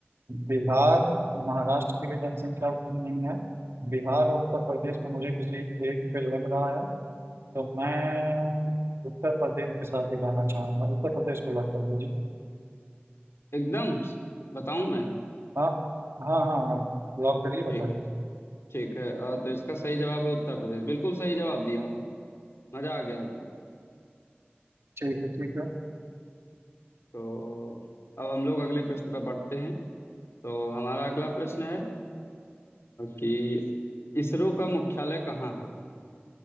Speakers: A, on the right; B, on the left.
A: बिहार महाराष्ट्र की भी जनसंख्या उतनी नहीं है बिहार और उत्तर प्रदेश में मुझे किसी एक पे लग रहा है तो मैं उत्तर प्रदेश के साथ ही जाना चाहूंगा उत्तर प्रदेश को लॉक कर दीजिए
B: एकदम बताऊं मैं
A: हाँ हाँ हाँ हाँ लॉक करिए बताइए
B: ठीक ठीक है अ, तो इसका सही जवाब है उत्तर प्रदेश बिल्कुल सही जवाब दिया आपने मजा आ गया एकदम
A: ठीक है ठीक है
B: तो अब हम लोग अगले प्रश्न पर बढ़ते हैं तो हमारा अगला प्रश्न है अ, कि इसरो का मुख्यालय कहाँ है